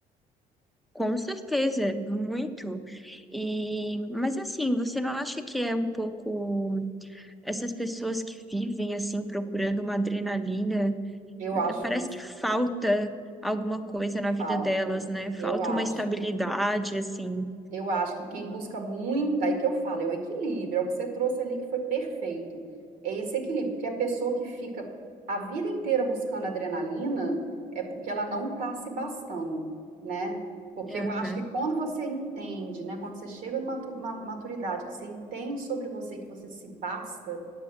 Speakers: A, in the centre; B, on the right (about 70°).
A: Com certeza, muito. E, mas assim, você não acha que é um pouco essas pessoas que vivem assim procurando uma adrenalina,
B: Eu
A: eh,
B: acho
A: parece
B: isso
A: que falta alguma coisa na vida
B: falta.
A: delas, né? Falta
B: Eu acho.
A: uma estabilidade assim.
B: Eu acho que quem busca muito, aí que eu falo, é o equilíbrio, é o que você trouxe ali que foi perfeito. É esse equilíbrio, porque a pessoa que fica a vida inteira buscando adrenalina é porque ela não está se bastando, né? Porque
A: É.
B: eu acho que quando você entende, né, quando você chega numa tu- uma maturidade que você entende sobre você, que você se basta,